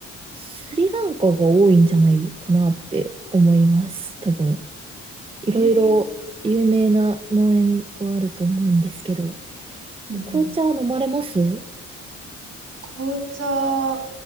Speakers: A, on the right (about 20°); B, on the right (about 55°).
A: スリランカが多いんじゃないかなって思います。多分。いろいろ有名な農園はあると思うんですけど。
B: ええうんうん。
A: 紅茶飲まれます
B: 紅茶、